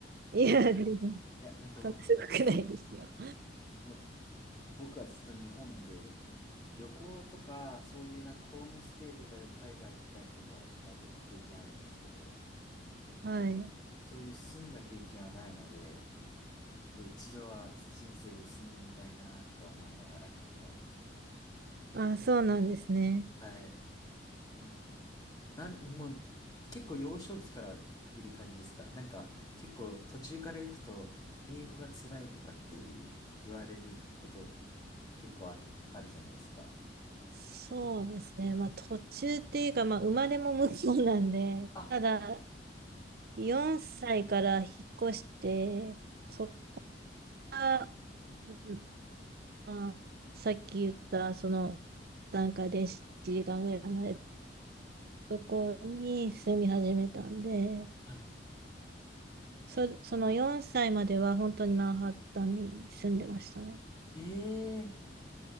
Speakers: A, on the right; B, on the left.
A: いや、全然、
B: いや、なんか僕、
A: そんなすごくないですよ。
B: いや、僕はずっと日本で、旅行とか、そういうなんかホームステイとかで海外行ったりとかはしたこと経験あるんですけど、
A: はい。
B: そういう住んだ経験はないので、一度は人生で住んでみたいなとか思いながら海外に。
A: あ、そうなんですね。
B: はい。でもなん、もう結構幼少期からいる感じですかなんか結構途中から行くと英語が辛いとかっていう言われること結構あ、あるじゃないですか。
A: そうですね。
B: ど
A: まあ途中っていうか、まあ生まれも向こうなんで、
B: あう
A: ただ4歳から引っ越して、
B: はい。
A: そっから、うんまあさっき言ったその段階で1時間ぐらい離れたところに住み始めたんで、
B: は
A: そ、その4歳までは本当にマンハッタンに住んでましたね。
B: い。ええ